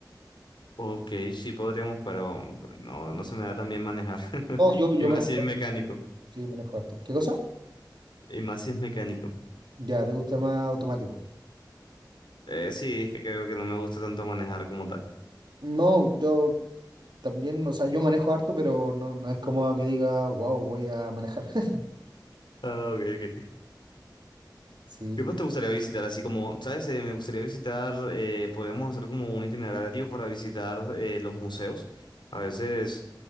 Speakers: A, on the left; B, on the right.
A: Ok, sí podríamos, pero no, no se me da tan bien manejar. <laughs>
B: No, yo, yo
A: Y más
B: manejo,
A: si es
B: harto,
A: mecánico.
B: sí, manejo harto. ¿Qué cosa?
A: Y más si es mecánico.
B: Ya, ¿te gusta más automático?
A: Eh, sí, es que creo que no me gusta tanto manejar como tal.
B: No, yo también, o sea, yo manejo harto, pero no, no es como que diga, wow, voy a manejar. <laughs>
A: Ah, ok, ok.
B: Sí,
A: ¿Qué más te gustaría visitar? Así como, ¿sabes? Eh, me gustaría visitar, eh, podríamos hacer como un itinerario para visitar eh, los museos. A veces,